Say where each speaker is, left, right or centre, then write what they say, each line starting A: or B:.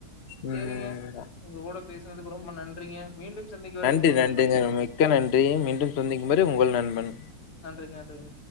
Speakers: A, on the left (about 60°); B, on the left (about 85°).
A: ம்
B: சேரிங்க உங்க கூட பேசுனதுக்கு ரொம்ப நன்றிங்க மீண்டும் சந்திக்கு வரை
A: நன்றி
B: உங்கள்
A: நன்றிங்க
B: நண்பண்ங்க
A: மிக்க நன்றி
B: ரொம்
A: மீண்டும் சந்திக்கும் வரை உங்கள் நண்பன்.
B: நன்றி நன்றிங்க